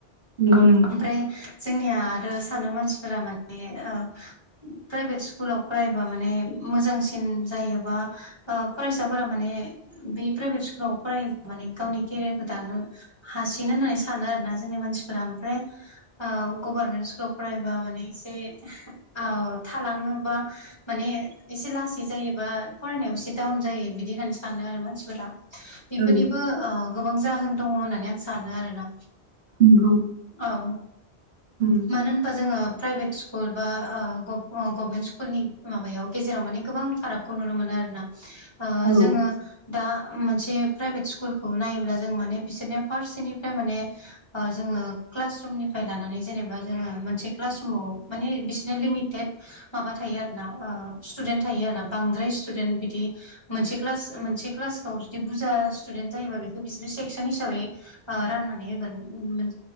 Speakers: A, on the right; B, on the left.
A: नंगौ नंगौ
B: ओमफ्राय जोंनिया आरो सानो मानसिफोरा माने ओ प्राइभेट स्कुलाव फरायबा माने मोजांसिन जायोबा ओ फरायसाफोरा माने बे प्राइभेट स्कुलाव फरायोबा माने गावनि केरियारखौ दानो हासिनो होननानै सानो आरोना जोंनि मानसिफोरा ओमफ्राय ओ गभारमेन्ट स्कुलाव फरायबा माने एसे ओ थालाङोबा माने एसे लासै जायोबा फरायनायाव एसे डाउन जायो बिदि होननानै सानो आरो मानसिफोरा बिफोरनिबो
A: औ
B: ओ गोबां जाहोन दङ होननानै आं सानो आरोना
A: नंगौ
B: औ
A: उम
B: मानो ओमबा जोङो प्राइभेट स्कुल बा ओ गभमेन्ट स्कुलनि माबायाव गेजेराव माने गोबां फारागखौ नुनो मोनो आरोना ओ जोङो
A: औ
B: दा मोनसे प्राइभेट स्कुलखौ नायोब्ला जों माने बिसोरनो फारसेनिफ्राय माने ओ जोङो क्लास रुमनिफ्राय लानानै जेनेबा जोङो मोनसे क्लास रुमाव माने बिसिना लिमिटेड माबा थायो आरोना ओ स्टुदेन्ट थायो आरोना बांद्राय स्टुदेन्ट बिदि मोनसे क्लास मोनसे क्लासखौ जुदि बुरजा स्टुडेन्ट जायोबा बेखो बिसोरो सेक्सन हिसाबै ओ राननानै होगोन